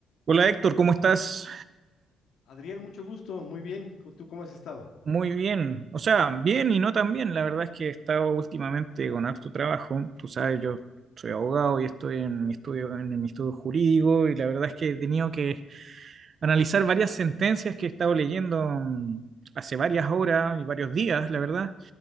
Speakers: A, on the right; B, on the left.
A: Hola Héctor, ¿cómo estás?
B: Adriel, mucho gusto, muy bien. ¿Tú cómo has estado?
A: Muy bien, o sea, bien y no tan bien. La verdad es que he estado últimamente con harto trabajo. Tú sabes, yo soy abogado y estoy en mi estudio, en mi estudio jurídico y la verdad es que he tenido que analizar varias sentencias que he estado leyendo mm, hace varias horas y varios días, la verdad.